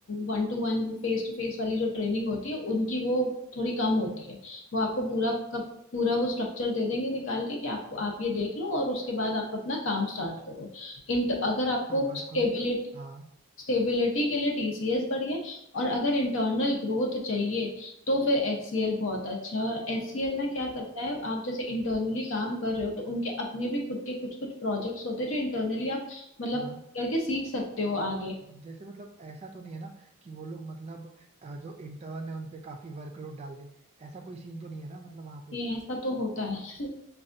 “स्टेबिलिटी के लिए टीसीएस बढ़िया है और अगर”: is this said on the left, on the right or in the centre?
Left